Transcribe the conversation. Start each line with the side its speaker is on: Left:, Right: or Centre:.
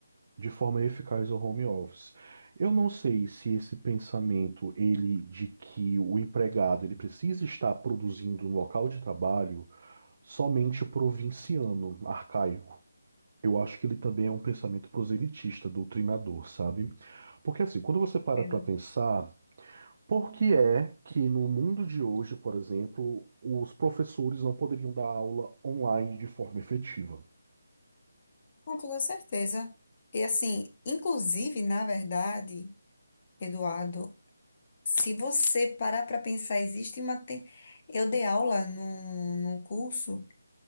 Right: de forma eficaz ao home office. Eu não sei se esse pensamento, ele de que o empregado ele precisa estar produzindo no local de trabalho somente provinciano, arcaico. Eu acho que ele também é um pensamento proselitista, doutrinador, sabe? Porque assim, quando você para
Left: Entende?
Right: para pensar por que é que no mundo de hoje, por exemplo, os professores não poderiam dar aula online de forma efetiva?
Left: Com toda certeza. E assim, inclusive, na verdade, Eduardo, se você parar para pensar, existe uma. ten- Eu dei aula num, num curso